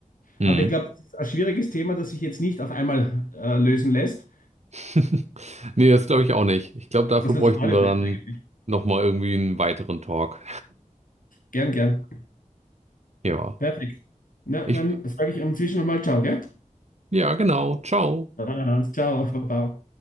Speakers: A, on the right; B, on the left.
A: Mhm.
B: Aber ich glaube, das ist ein schwieriges Thema, das sich jetzt nicht auf einmal äh, lösen lässt.
A: <laughs> Nee, das glaube ich auch nicht. Ich glaube, dafür
B: Das lässt
A: bräuchten
B: sich gar nicht
A: wir
B: lösen
A: dann
B: eigentlich.
A: nochmal irgendwie einen weiteren Talk.
B: Gern, gern.
A: Ja.
B: Perfekt. Na,
A: Ich,
B: dann sage ich inzwischen einmal Ciao, gell?
A: Ja, genau. Ciao.
B: Ah, ciao, Baba.